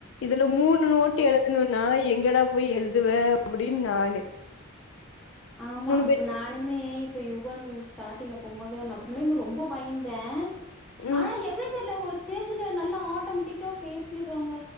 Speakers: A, on the left; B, in the centre.
A: இதுல மூணு நோட்டு எழுதணும்னா எங்கடா. போய் எழுதுவ அப்படின்னு நானு.
B: ஆமா
A: பேர்
B: நானுமே. இப்ப யுகன் ஸ்டார்ட்டிங்ல போகும்போது நிஜமாலே ரொம்ப பயந்த.
A: ம்.
B: ஆ எப்டி தெரியல ஒரு. ஸ்டேஜ்ல நல்லா ஆட்டோமெட்டிக்கா பேசிறாங்க